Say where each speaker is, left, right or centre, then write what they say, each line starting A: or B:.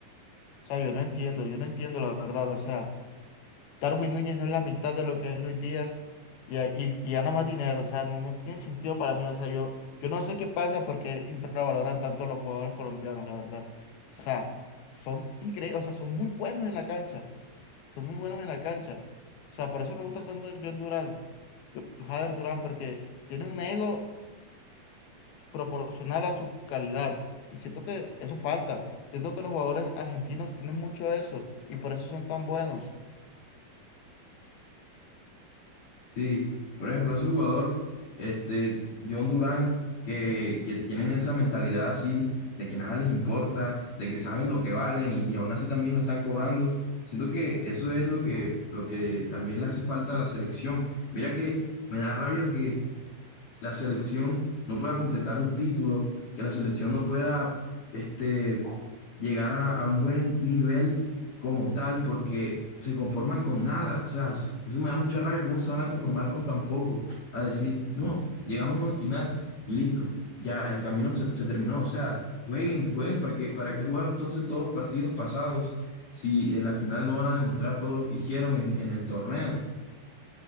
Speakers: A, on the left (about 80°); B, on the left (about 60°).
A: O sea, yo no entiendo, yo no entiendo la verdad. O sea, Darwin Núñez no es la mitad de lo que es Luis Díaz y, y, y gana más dinero. O sea, no, no tiene sentido para mí. O sea, yo, yo no sé qué pasa porque infravaloran tanto a los jugadores colombianos, la verdad. O sea, son increíbles, o sea, son muy buenos en la cancha. Son muy buenos en la cancha. O sea, por eso me gusta tanto John Durán, Jader Durán, porque tiene un ego. proporcional a su calidad. Y siento que eso falta. Siento que los jugadores argentinos tienen mucho eso y por eso son tan buenos.
B: Sí, por ejemplo, ese jugador, este, John Durán, que, que tienen esa mentalidad así, de que nada les importa, de que saben lo que valen y, y aún así también lo están cobrando. Siento que eso es lo que, lo que también le hace falta a la selección. Mira que me da rabia porque la selección no pueda concretar un título, que la selección no pueda este, llegar a, a un buen nivel como tal, porque se conforman con nada. O sea, eso me da mucha rabia, cómo se van a conformar con tan poco, a decir, no, llegamos a una final y listo, ya el camino se, se terminó. O sea, jueguen, jueguen, ¿para qué, para qué jugaron entonces todos los partidos pasados si en la final no van a demostrar todo lo que hicieron en, en el torneo?